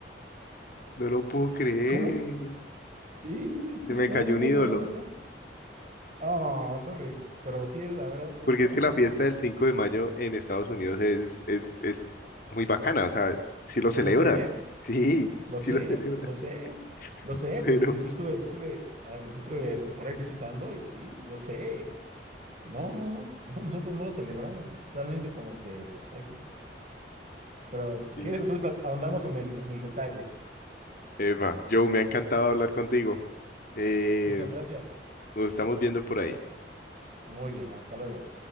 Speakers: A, on the left; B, on the right.
A: no lo puedo creer.
B: ¿Cómo? Sí, sí, sí,
A: Se me
B: no,
A: cayó
B: no,
A: un
B: no,
A: ídolo.
B: no, no lo hacemos. Ah, sorry, pero sí, la verdad, so-
A: Porque
B: <laughs>
A: es que la fiesta del 5 de mayo en Estados Unidos es, es, es muy bacana. O sea, sí lo celebran.
B: lo sé,
A: Sí,
B: lo
A: sí
B: sé,
A: lo celebran.
B: lo sé. Lo
A: <laughs>
B: sé, pues
A: Pero,
B: yo, yo, yo estuve, yo estuve, ah, yo estuve este, por ahí visitando y sí, yo sé. No, no, no, no, nosotros no lo celebramos, ¿no? Realmente como que, pues, X. Pero si
A: y,
B: quieres, pues, pla- ahondamos en el, en el detalle.
A: Eva, Joe, me ha encantado hablar contigo. Eh,
B: Muchas gracias.
A: nos estamos viendo por ahí.
B: Muy bien, hasta luego.